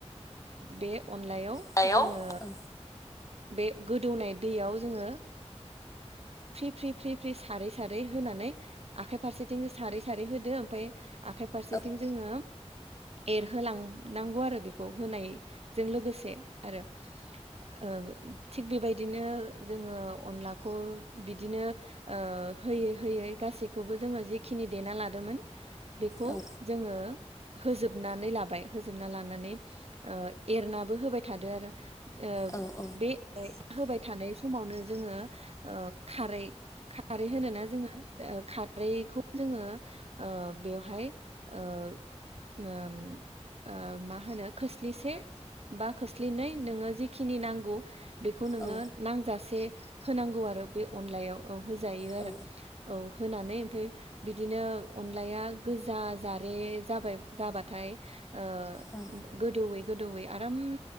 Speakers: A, on the right (about 60°); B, on the left (about 30°).
A: बे अनलायाव
B: सायाव
A: जोङो
B: औ
A: बे गोदौनाय दैयाव जोङो फ्रि फ्रि फ्रि फ्रि सारै सारै होनानै आखाइ फारसेथिं सारै सारै होदो ओमफ्राय आखाइ फारसेथिं
B: औ
A: जोङो एरहोलांनांगौ आरो बेखौ होनायजों लोगोसे आरो <unintelligible> थिग बेबायदिनो जोङो अनलाखौ बिदिनो ओ होयै -होयै गासैखौबो जोङो जिखिनि देना लादोंमोन। बेखौ
B: औ
A: जोङो होजोबनानै लाबाय। होजोबना लानानै एरनाबो होबाय थादो आरो। <unintelligible>
B: औ औ
A: होबाय थानाय समावनो जोङो खारै खारै होनोना जोङो खारैखौ जोङो ओ बेवहाय ओ ओम -ओम मा होनो खोस्लिसे बा खोस्लिनै नोङो जिखिनि नांगौ। बेखौ नोङो
B: औ
A: नांजासे होनांगौ आरो बे अनलायाव, औ होजायो
B: औ
A: आरो औ। होनानै ओमफ्राय बिदिनो, अनलाया गोजा जारे जाबाय -जाबाथाय ओ
B: औ
A: गोदौै गोदौयै आराम